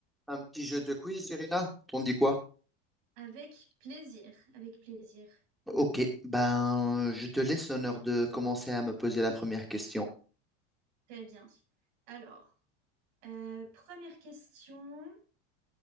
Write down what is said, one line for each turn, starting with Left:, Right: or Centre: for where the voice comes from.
Centre: Un petit jeu de quiz, Irina? T'en dis quoi?
Right: Avec plaisir, avec plaisir.
Centre: Ok, ben je te laisse l'honneur de commencer à me poser la première question.
Right: Très bien. Alors, euh, première question.